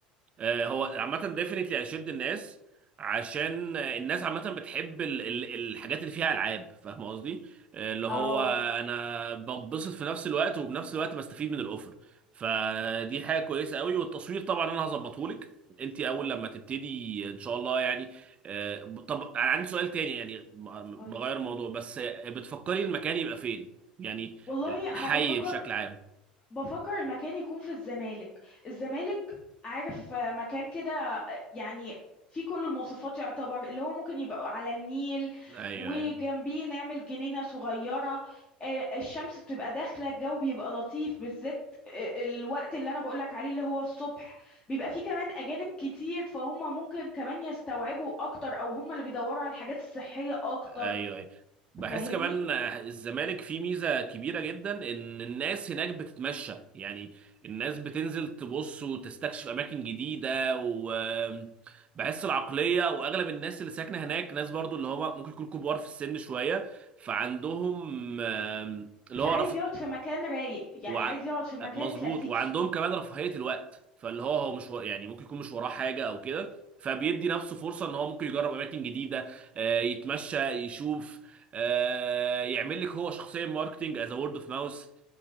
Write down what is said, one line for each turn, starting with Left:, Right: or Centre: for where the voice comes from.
Right: آه، هو عامة ديفنتلي هيشد الناس عشان آه، الناس عامة بتحب ال- ال- الحاجات اللي فيها ألعاب فاهم قصدي؟ آه، اللي هو
Left: اه
Right: أنا بتبسط في نفس الوقت وبنفس الوقت بستفيد من الأوفر فدي حاجة كويسة قوي والتصوير طبعا أنا هظبطهولك أنت أول لما تبتدي إن شاء الله يعني آه، طب أنا عندي سؤال تاني يعني م-
Left: قولي
Right: بغير الموضوع بس آه، بتفكري المكان يبقى فين؟ يعني
Left: والله
Right: ال- الحي
Left: انا بفكر
Right: بشكل عام
Left: بفكر المكان يكون في الزمالك الزمالك عارف آه، مكان كده آه، يعني في كل المواصفات يعتبر اللي هو ممكن يبقى على النيل
Right: ايوه
Left: وجنبيه
Right: أيوه
Left: نعمل جنينة صغيرة آه، الشمس بتبقى داخلة الجو بيبقى لطيف بالذات آه، الوقت اللي أنا بقولك عليه اللي هو الصبح بيبقى فيه كمان أجانب كتير فهم ممكن كمان يستوعبوا أكتر أو هم اللي بيدوروا على الحاجات الصحية أكتر
Right: ايوه أيوة. بحس
Left: فاهمني
Right: كمان الزمالك فيه ميزه كبيره جدا ان الناس هناك بتتمشى يعني الناس بتنزل تبص وتستكشف اماكن جديده وبحس العقليه واغلب الناس اللي ساكنه هناك ناس برضو اللي هو ممكن يكون كبار في السن شويه فعندهم آم، اللي
Left: فعايز
Right: هو
Left: يقعد في مكان رايق يعني
Right: وع...
Left: عايز يقعد في مكان
Right: مظبوط
Left: كلاسيكي
Right: وعندهم كمان رفاهية الوقت فاللي هو هو مش و... يعني ممكن يكون مش وراه حاجة او كده فبيدي نفسه فرصة ان هو ممكن يجرب اماكن جديدة آه، يتمشى يشوف آه، يعمل لك هو شخصيا ماركتنج از وورد اوف ماوس